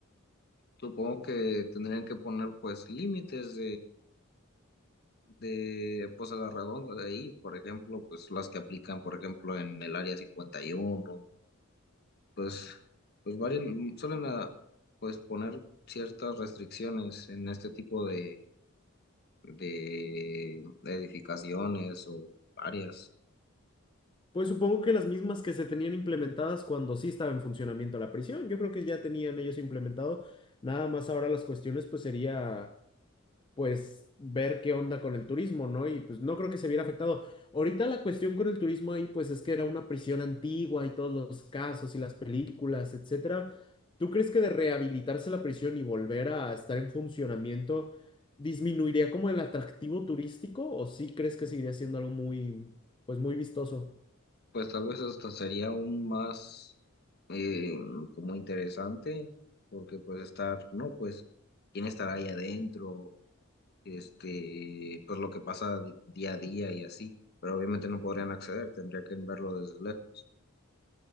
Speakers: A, on the left (about 50°); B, on the left (about 25°).
A: supongo que tendrían que poner pues límites de pues a la redonda de ahí, por ejemplo, pues las que aplican, por ejemplo, en el área 51, pues pues varios suelen ah, pues poner ciertas restricciones en este tipo de de edificaciones o áreas.
B: Pues supongo que las mismas que se tenían implementadas cuando sí estaba en funcionamiento la prisión, yo creo que ya tenían ellos implementado, nada más ahora las cuestiones pues sería pues ver qué onda con el turismo, ¿no? Y pues no creo que se viera afectado. Ahorita la cuestión con el turismo ahí, pues es que era una prisión antigua y todos los casos y las películas, etcétera. ¿Tú crees que de rehabilitarse la prisión y volver a estar en funcionamiento disminuiría como el atractivo turístico o sí crees que seguiría siendo algo muy, pues muy vistoso?
A: Pues tal vez esto sería aún más eh, como interesante porque pues estar, no, pues quién estará ahí adentro este, pues lo que pasa di- día a día y así, pero obviamente no podrían acceder, tendría que verlo desde lejos.